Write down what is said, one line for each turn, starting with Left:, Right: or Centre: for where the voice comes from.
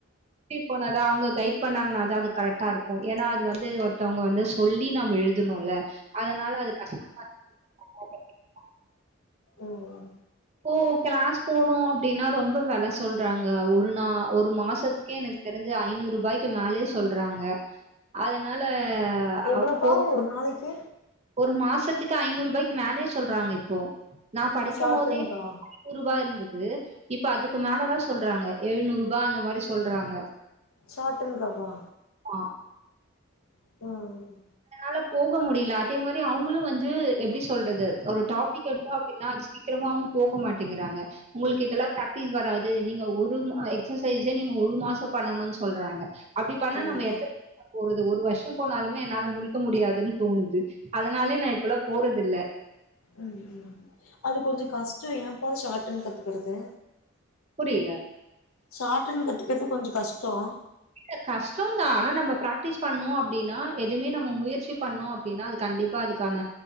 Right: இன்ஸ்டியூட் போனதா அவுங்க கைடு பண்ணாங்கன்னா தா அது கரெக்டா இருக்கு ஏன்னா அது வந்து ஒருத்தவங்க வந்து சொல்லி நம்ம எழு தனுல அதனால அது கஷ்டமா இருக்கு தனியா படிக்கணுன்னா
Left: ம்
Right: இப்போ கிளாஸ் போனு அப்டின்னா ரொம்ப வெல சொல்றாங்க ஒரு நா ஒரு மாசத்துக்கே எனக்கு தெரிஞ்சி ஐநூரூபாய்க்கு மேலயே சொல்றாங்க அதனால
Left: எவ்ளோப்பா
Right: அப்போ
Left: ஒரு நாளைக்கி
Right: ஒரு மாசத்துக்கு ஐநூரூபாய்க்கி மேலயே சொல்றாங்க இப்போ நா படிக்கமோதே
Left: ஷார்ட்டன்க்கா
Right: ஐநூரூபா இருந்து து இப்ப அதுக்கு மேலதா சொல்றாங்க எழுநூரூபா அந்த மாரி சொல்றாங்க
Left: ஷார்ட்டன்னுகாப்பா
Right: ஆ.
Left: ம் ம்
Right: <inaudible> போக முடியில அதே மாரி அவுங்களு வந்து எப்டி சொல்றது ஒரு டாப்பிக் எடுத்தா அப்டின்னா அது சீக்கிரமாவு போக மாட்டேங்கிறாங்க உங்களுக்கு இதெல்லா பிராக்டிஸ் வராது நீங்க ஒரு மா எக்சசைஸே நீங்க ஒரு மாசோ பண்ணணுன்னு சொல்றாங்க அப்டி பண்ண
Left: ம்
Right: நம்ம எத்தன வர்ஷோ போறது ஒரு வர்ஷோ போனாலுமே என்னால முடிக்க முடியாதுன்னு தோணுது அதனாலயே நா இப்பெல்லா போறதில்ல
Left: ம் ம் அது கொஞ்சோ கஷ்டோ ஏ பா ஷாட்டன் கத்துக்குறது
Right: புரியல.
Left: ஷாட்டன் கத்துக்கிறது கொஞ்சோ கஷ்டோ
Right: இல்ல கஷ்டம் தான். ஆனா நம்ம பிராக்டிஸ் பண்ணோ அப்டினா எதுமே நம்ம முயற்சி பண்ணோ அப்டினா அது கண்டிப்பா அதுக்கான